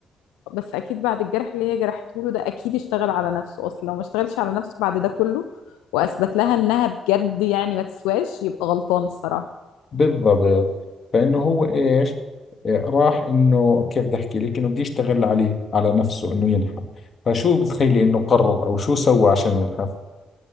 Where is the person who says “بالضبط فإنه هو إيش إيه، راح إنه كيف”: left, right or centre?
Left